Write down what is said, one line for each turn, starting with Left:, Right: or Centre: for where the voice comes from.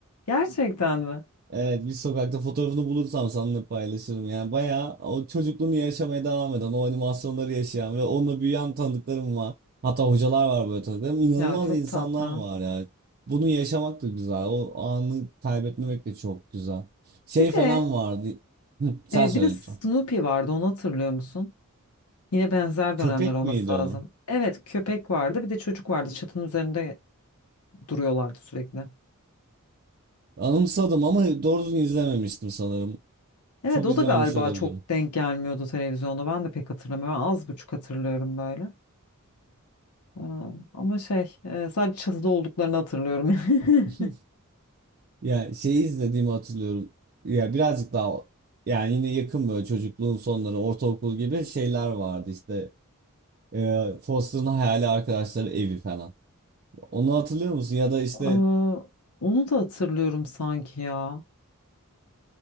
Left: Gerçekten mi?
Right: Evet bir sokakta fotoğrafını bulursam seninle paylaşırım. Yani bayağı o çocukluğunu yaşamaya devam eden, o animasyonları yaşayan ve onunla büyüyen tanıdıklarım var. Hatta hocalar var böyle tanıdıklarım. İnanılmaz
Left: Ya çok
Right: insanlar
Left: tatlı.
Right: var ya. Bunu yaşamak da güzel. O anı kaybetmemek de çok güzel. Şey
Left: Bir de
Right: falan vardı. Hı, sen
Left: e,
Right: söyle
Left: bir de Snoopy
Right: lütfen.
Left: vardı onu hatırlıyor musun? Yine benzer
Right: Köpek
Left: dönemler olması
Right: miydi
Left: lazım.
Right: o?
Left: Evet köpek vardı bir de çocuk vardı çatının üzerinde duruyorlardı sürekli.
Right: Anımsadım ama doğru düzgün izlememiştim sanırım.
Left: Evet
Right: Çok
Left: o
Right: izlememiş
Left: da galiba
Right: olabilirim.
Left: çok denk gelmiyordu televizyonda ben de pek hatırlamıyorum az buçuk hatırlıyorum böyle. Ee, Ama şey e, sadece çatıda olduklarını hatırlıyorum.
Right: <laughs>
Left: <laughs>
Right: ya şeyi izlediğimi hatırlıyorum. Ya birazcık daha yani yine yakın böyle çocukluğun sonları, ortaokul gibi şeyler vardı işte. E, Foster'ın hayali arkadaşları evi falan. Onu hatırlıyor musun? Ya da işte
Left: Ee, Onu da hatırlıyorum sanki ya.